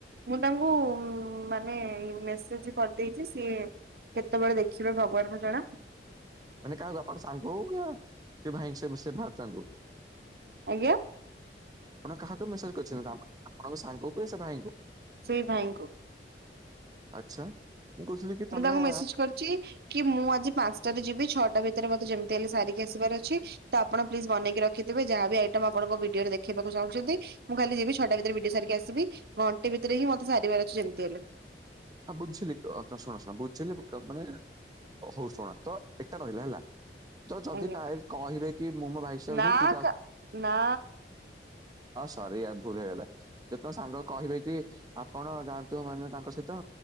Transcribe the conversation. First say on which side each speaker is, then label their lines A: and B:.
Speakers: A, on the right; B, on the right.
A: ମୁଁ ତାଙ୍କୁ ମାନେ ମେସେଜ କରିଦେଇଛି ସିଏ କେତେବେଳେ ଦେଖିବେ ଭଗବାନଙ୍କୁୁ ଜଣା।
B: ମାନେ କାହାକୁ ଆପଣ ସାଙ୍ଗ କୁ <unintelligible>
A: ଆଜ୍ଞା।
B: ଆପଣ କାହାକୁ ମେସେଜ୍ କରିଛନ୍ତି ଆପଣଙ୍କ ସାଙ୍ଗକୁ କି ସେ ଭାଇଙ୍କୁ?
A: ସେଇ ଭାଇଙ୍କୁ।
B: ଆଚ୍ଛା ମୁଁ ଘୁଷୁରି କି
A: ମୁଁ
B: ତମେ
A: ତାଙ୍କୁ ମେସେଜ କରିଛି କି ମୁଁ ଆଜି ପାଞ୍ଚଟାରେ ଯିବି ଛଅଟା ଭିତରେ ମତେ ଯେମିତି ହେଲେ ସାରିକି ଆସିବାର ଅଛି। ତ ଆପଣ ପ୍ଲିଜ୍ ବନେଇକି ରଖିଥିବେ ଯାହା ବି ଆଇଟମ୍ ଆପଣଙ୍କ ଭିଡିଓରେ ଦେଖିବାକୁ ଚାହୁଁଛନ୍ତି। ମୁଁ ଖାଲି ଯିବି ଛଟା ଭିତରେ ବିଡି ସାରିକି ଆସିବି ଘଣ୍ଟେ ଭିତରେ ହିଁ ମତେ ସାରିବାର ଅଛି ଯେମିତି ହେଲେ।
B: ହଁ ବୁଝିଲି ତ ଶୁଣ ଶୁଣ ବୁଝିଲି ମାନେ ଓ ହଉ ଶୁଣ ତ ଏଟା ରହିଲା ହେଲା। ତ ଯଦି
A: ଆଜ୍ଞା
B: ଭାଇ କହିବେ କି ମୁଁ ମୋ ଭାଇ ସହ
A: ନା
B: ଯିବି ତୁ ତା
A: କା ନା
B: ହଁ ସରିଆ ଭୁଲ ହେଇଗଲା ଯେ ତମ ସାଙ୍ଗ କହିବେ କି ଆପଣ ଯାଆନ୍ତୁ ମାନେ ତାଙ୍କ ସହିତ